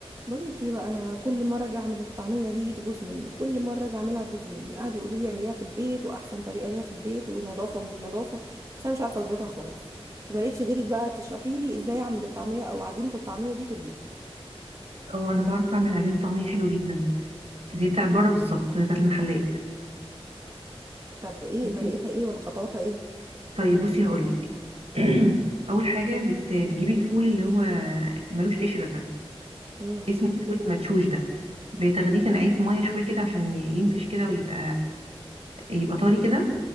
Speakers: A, on the right (about 35°); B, on the right (about 80°).
A: بقول لك ايه بقى انا كل مره اجي اعمل الطعميه دي تبوظ مني كل مره اجي اعملها تبوظ مني قعدوا يقولوا لي اعمليها في البيت واحسن طريقه ليها في البيت ونظافه ومش نظافه بس انا مش عارفه اظبطها خالص فما لقيتش غيرك بقى تشرحي لي ازاي اعمل الطعميه او عجينه الطعميه دي في البيت
B: اه انا بعرف اعمل عجينه طعميه حلوه جدا زي بتاعت بره بالظبط زي بتاعت المحلات
A: طب ايه
B: بصي
A: طريقتها ايه ولا خطواتها ايه
B: طيب بصي هقولك <clears throat> اول حاجه بت... بتجيبي الفول اللي هو ملوش قشره ده
A: امم
B: اسمه الفول المدشوش ده بتاخديه تنقعيه في ميه شويه كده عشان ي- ينفش كده ويبقى يبقى طري كده